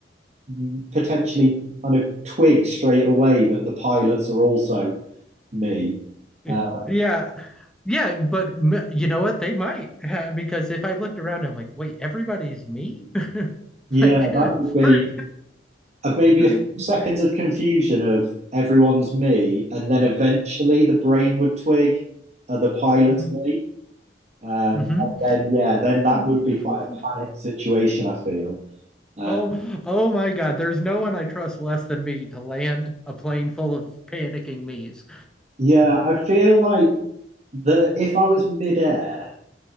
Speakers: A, on the right (about 40°); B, in the centre.
A: mm, potentially kind of twig straight away that the pilots are also me.
B: Yeah.
A: Uh,
B: Yeah. Yeah, but m- you know what? They might <laughs> because if I looked around, I'm like, wait, everybody's me? <laughs>
A: yeah,
B: Like,
A: that
B: <laughs>
A: would be
B: for.
A: uh, maybe
B: <laughs>
A: a few seconds of confusion of everyone's me, and then eventually the brain would twig uh, the pilot's
B: Mhm.
A: me. Um,
B: Mhm.
A: and then, yeah, then that
B: <laughs>
A: would be quite a panic situation, I feel. Uh,
B: Oh, oh my God. There's no one I trust less than me to land a plane full of panicking me's.
A: yeah, I feel like the if I was midair,